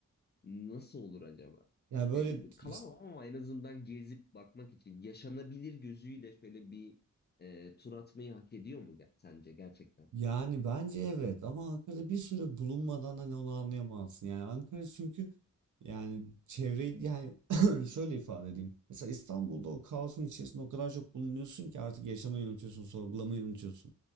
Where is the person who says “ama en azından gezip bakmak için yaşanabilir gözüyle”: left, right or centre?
Left